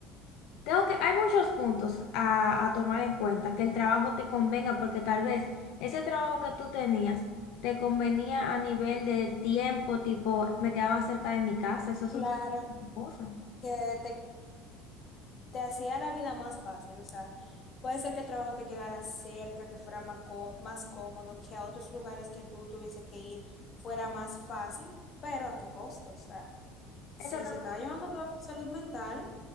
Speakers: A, on the left; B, on the left.
A: Tengo que, hay muchos puntos a, a tomar en cuenta, que el trabajo te convenga, porque tal vez ese trabajo que tú tenías te convenía a nivel de tiempo, tipo, me quedaba cerca de mi casa, eso es
B: Claro,
A: otra cosa.
B: que te te hacía la vida más fácil, o sea, puede ser que el trabajo te quedara cerca, que fuera más, có- más cómodo, que a otros lugares que tú tuviese que ir fuera más fácil, pero ¿a qué costo? O sea, si
A: Exacto,
B: se estaba llevando toda tu salud mental,